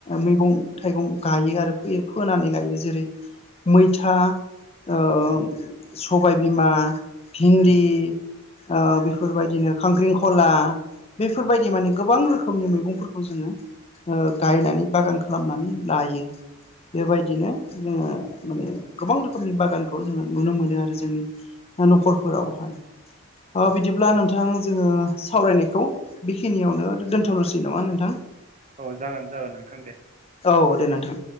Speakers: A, on the left (about 25°); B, on the right (about 30°).
A: मैगं थाइगं गायो आरो फोयो फोनानै लायो जेरै मैथा ओ
B: उम
A: सबायबिमा भिन्दि
B: उम
A: आ बेफोरबायदिनो खांख्रिंखला बेफोरबायदि माने गोबां रोखोमनि मैगंफोरखौ जोङो ओ गायनानै बागान खालामनानै लायो बेबायदिनो जोङो माने गोबां रोखोमनि बागानखौ जोङो नुनो मोनो आरो जोंनि न'खरफोरावहाय
B: उम
A: ओ बिदिब्ला नोंथां जोङो सावरायनायखौ बेखिनियावनो दोनथ'नोसै नङा नोंथां
B: औ जागोन जागोन नोंथां दे
A: औ दे नोंथां